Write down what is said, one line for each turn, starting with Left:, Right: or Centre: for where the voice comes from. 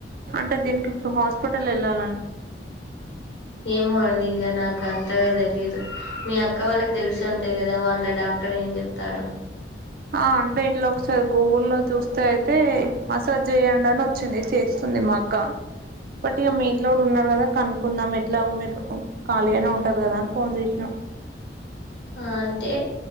Right: అంటే దీనికి ఇప్పుడు హాస్పిటల్ వెళ్ళాల
Left: ఏమో అండి ఇక నాకుంతగాతలిదు మీ అక్క వాళ్ళకి తెలిసే ఉంటది కదా వాళ్ళ డాక్టర్ ఏం చెప్తాడు
Right: ఆ అంటే ఇట్లా ఒకసారి గూగుల్లో లో చూస్తే అయితే మసాజ్ చేయండి అని వచ్చింది చేస్తుంది మా అక్క ఏటీఎం మీ ఇంట్లో ఉందా లేదా కనుక్కుం కుందాం ఎట్లాగో మీరు ఖాళీగనే ఉంటరు కదా అని ఫోన్ చేసిన
Left: ఆ అంటే